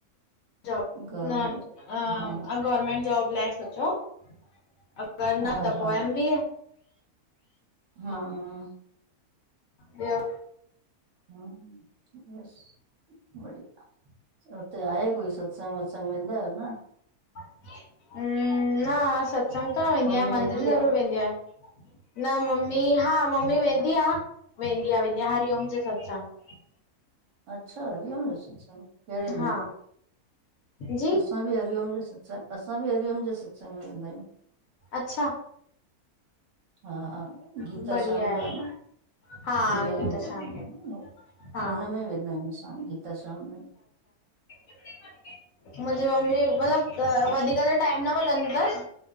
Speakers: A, on the left (about 65°); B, on the right (about 60°).
A: job.
B: गवर्मेंट
A: न
B: जो
A: अ,
B: हा
A: अ गवर्नमेंट जॉब लाए सोचो आ। अगर
B: हा
A: न त
B: हा
A: पो एम बी ए।
B: हम्म
A: हा। ॿियो
B: हम्म बस बढ़िया। हुते आहे कोई सु सत्संग वत्संग वेंंदा आयो न?
A: हम्म, न सत्संग त न वेंदी
B: मम्मी
A: आयां मंदिर
B: आ,
A: ज़रूर वेंदी आयां। न मम्मी, हा मम्मी वेंदी आ वेंदी आ वेंदी आ हरिओम जे सत्संग।
B: अच्छा हरिओम जे सत्संग। केड़े में?
A: हा जी
B: असां बि हरिओम जे सत्संग, असां बि हरिओम जे सत्संग में वेंदा आयूं।
A: अच्छा।
B: हा हा गीता
A: बढ़िया
B: श्याम
A: आहे
B: जो आ न।
A: हा
B: मीरा
A: गीता
B: भगवान
A: शाम
B: आए
A: जो
B: न हो।
A: हा
B: हुन में वेंदा आहियूं असां गीता श्याम में।
A: <inaudible> मुंजी मम्मी मतलब वधीक त टाइम न मिलंदो तस,